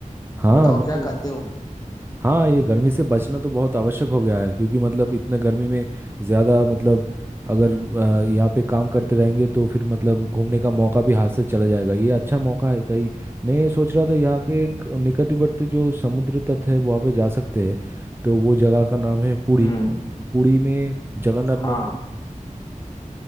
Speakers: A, on the right; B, on the left.
A: हाँ
B: बताओ
A: मैं
B: क्या
A: तो
B: कहते हो
A: हाँ ये गर्मी से बचना तो बहुत आवश्यक हो गया है क्योंकि मतलब इतना गर्मी में ज़्यादा मतलब अगर अ, यहाँ पे काम करते रहेंगे तो फिर मतलब घूमने का मौका भी हाथ से चला जाएगा ये अच्छा मौका है कहीं मैं सोच रहा था यहाँ के एक निकटवर्ती जो समुद्र तट है वहाँ पे जा सकते हैं तो वो जगह का नाम है पुरी
B: हम्म
A: तो पुरी में जगन्नाथ
B: हाँ
A: मंदिर
B: हाँ